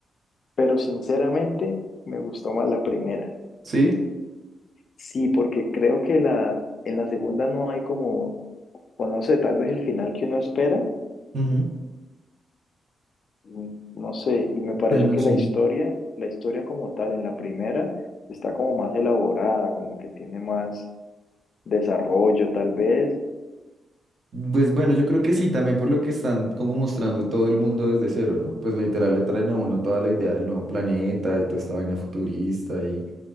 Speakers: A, on the left (about 55°); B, on the right (about 50°).
A: pero sinceramente me gustó más la primera.
B: Sí,
A: Sí, porque creo que la, en la segunda no hay como, o no sé, tal vez el final que uno espera,
B: Ujú.
A: mm, no sé, y me pareció
B: bueno,
A: que
B: sí.
A: la historia, la historia como tal en la primera está como más elaborada, como que tiene más desarrollo tal vez.
B: Pues bueno, yo creo que sí, también por lo que están como mostrando todo el mundo desde cero, ¿no? Pues literal le traen a uno toda la idea del nuevo planeta y toda esta vaina futurista y,